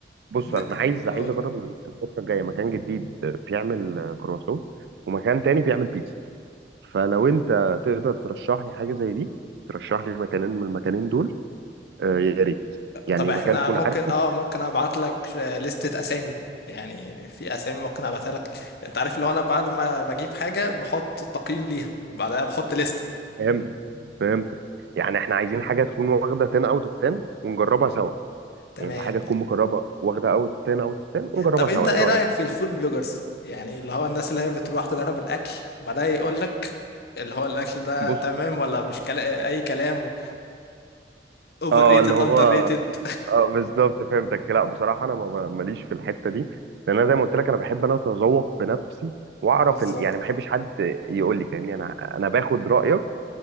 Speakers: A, on the right; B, on the left.
A: بص
B: ن-
A: أنا عايز
B: قول
A: عايز أجرب ال- الفترة الجاية مكان جديد بيعمل آه، كرواسو ومكان تاني بيعمل بيتزا فلو أنت تقدر ترشح لي حاجة زي دي ترشح لي مكانين من المكانين دول آه، يا ريت يعني
B: طب احنا
A: مكان تكون
B: ممكن
A: عارفه
B: اه ممكن ابعت لك لستة اسامي يعني في اسامي ممكن ابعتها لك انت عارف لو انا بعد ما بجيب حاجة بحط تقييم ليها وبعدها بحط لستة
A: فهمتك فهمتك يعني احنا عايزين حاجه تكون واخده 10 اوت اوف 10 ونجربها سوا
B: تمام
A: يعني انت حاجه تكون مقربه واخده اوت 10 اوت اوف 10 ونجربها
B: طب انت
A: سوا
B: ايه
A: ايه رايك
B: رأيك في الفود بلوجرز يعني اللي هو الناس اللي هي بتروح تجرب الاكل وبعدها يقول لك اللي هو الاكل ده
A: بص
B: تمام ولا مش كلا... اي كلام اوفر
A: اه
B: ريتد
A: اللي هو
B: اندر ريتد
A: اه بالظبط فهمتك لا بصراحه انا ما ب- ماليش في الحته دي لان انا زي ما قلت لك انا بحب انا اتذوق بنفسي واعرف
B: <laughs> بالظبط
A: ال... يعني ما بحبش حد يقول لي فاهمني انا انا باخد رايك